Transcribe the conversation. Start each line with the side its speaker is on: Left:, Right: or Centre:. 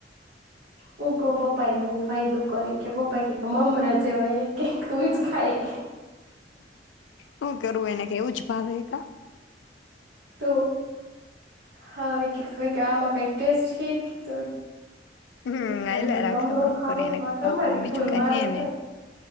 Right: હું કઉ પપ્પા એ બઉ ફાયદો કરે ઈ કે પપ્પા એ ક્યે કે મમરા જેવા હે એ કે તું જ ખાય ઈ કે
Left: હું કરવું એને કે એવું જ ભાવે હે કા
Right: તો હાવ ઈ કે ઈ કે આમાં કઈ ટેસ્ટ હે ઈ કે
Left: હમ હાલ્યા
Right: કોલ્યો
Left: રાખે
Right: તમ
Left: હવે
Right: ન
Left: હું
Right: ખાવ
Left: કરી એને
Right: એમાં
Left: કઈ ભાવતું
Right: તમારી
Left: તો બીજું
Right: ભૂલ
Left: કઈ
Right: મારો
Left: હે
Right: થાય
Left: નહી